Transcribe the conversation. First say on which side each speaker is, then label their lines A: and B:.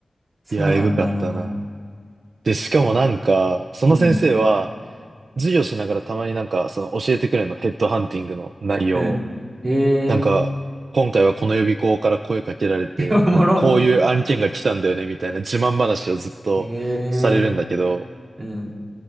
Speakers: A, on the right; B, on the right.
A: そうなんだよな。
B: う。いや、えぐかったな。で、しかもなんか、
A: やっ
B: その先生は、
A: うん、
B: 授業しながらたまになんか、その教えてくれるの、ヘッドハンティングの内容を。
A: うん。へえ、
B: なんか、今回はこの予備校から声かけられて、
A: <laughs> おもろ。
B: なんかこういう案件が来たんだよね、みたいな自慢話をずっとされるんだけど、
A: へえ、うん、